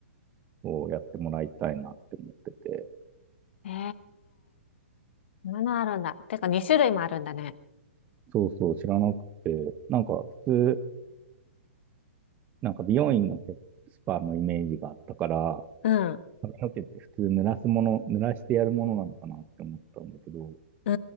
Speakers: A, on the right; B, on the left.
A: をやってもらいたいなって思ってて、
B: へえ。そんなのあるんだ。てか2種類もあるんだね。
A: そうそう、知らなくて、なんか普通、なんか美容院のヘッドスパのイメージがあったから、
B: うん、
A: 髪の毛って普通濡らすもの、濡らしてやるものなのかなって思ったんだけど、
B: う